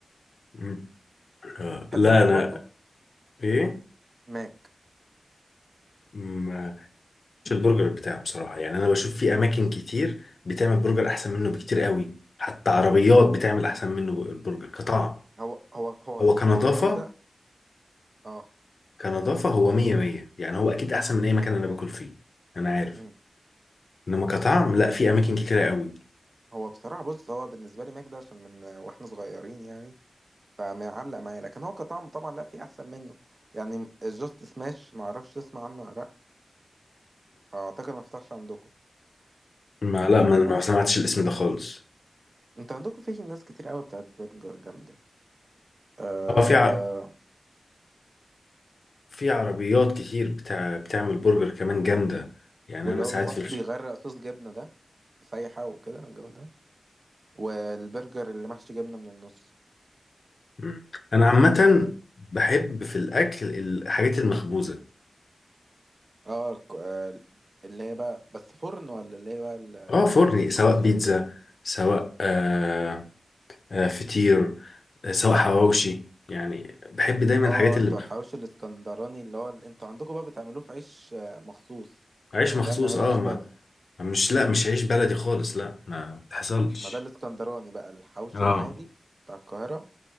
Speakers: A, on the left (about 75°); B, on the right (about 50°).
A: مم. <laughs> آه
B: بحب
A: لا
B: ماك
A: انا
B: برضو
A: ايه
B: ماك
A: مم، مش البرجر بتاعه بصراحه يعني انا بشوف في اماكن كتير بتعمل برجر احسن منه بكتير قوي حتى عربيات
B: مم.
A: بتعمل احسن منه البرجر كطعم
B: هو هو هو
A: هو
B: بص
A: كنظافه
B: كجودة اه
A: كنظافه هو مية مية يعني هو اكيد احسن من اي مكان انا باكل فيه انا عارف
B: مم.
A: انما كطعم لا في اماكن كتيره قوي
B: هو بصراحة بص هو بالنسبة لي ماك ده عشان من واحنا صغيرين يعني فمعلق معايا لكن هو كطعم طبعا لا في احسن منه يعني الجاست سماش ما اعرفش تسمع عنه ولا لا اعتقد ما فتحش عندكم
A: ما لا ما
B: فتح
A: ما سمعتش الاسم ده خالص
B: انت عندكم في ناس كتير قوي بتاعت برجر جامدة آه...
A: اه في ع... في عربيات كتير بتاع بتعمل برجر كمان جامدة يعني
B: واللي
A: أنا
B: هو
A: ساعات
B: بيحط
A: في الش...
B: بيغرق صوص جبنة ده سايحة وكده الجو ده والبرجر اللي محشي جبنة من النص
A: مم. أنا عامة بحب في الأكل الحاجات المخبوزة
B: اه ك- آه، اللي هي بقى بس فرن ولا اللي هي بقى
A: اه فرني
B: الكرواسون
A: سواء بيتزا
B: دي بقى؟
A: سواء آه آه فطير آه سواء حواوشي يعني بحب دايما
B: اه
A: الحاجات اللي
B: انتوا
A: مخ...
B: الحواوشي الاسكندراني اللي هو ال- انتوا عندكم بقى بتعملوه في عيش آه، مخصوص
A: عيش
B: احنا عندنا
A: مخصوص
B: بنعمله
A: اه
B: عيش
A: ما
B: بلد
A: مش لا مش عيش بلدي خالص لا ما تحصلش
B: ما ده الاسكندراني بقى الحواوشي
A: اه
B: العادي بتاع القاهرة